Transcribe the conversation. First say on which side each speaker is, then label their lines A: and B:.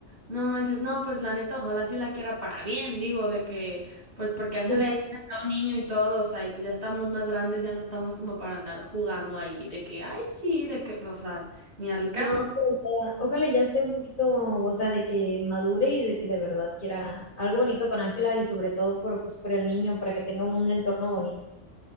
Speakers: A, on the right; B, on the left.
A: No manches. No, pues la neta, ojalá sí la quiera para bien, digo, de que, pues porque Ángela
B: Sí,
A: ya está un niño y todo, o sea, y pues ya estamos más grandes, ya no estamos como para andar jugando ahí, de que, ay, sí, de que, o sea, ni al caso.
B: No, pero ya ojalá ya esté un poquito, o sea, de que madure y de que de verdad quiera algo bonito con Ángela y sobre todo por, pues, por el niño, para que tenga un entorno bonito.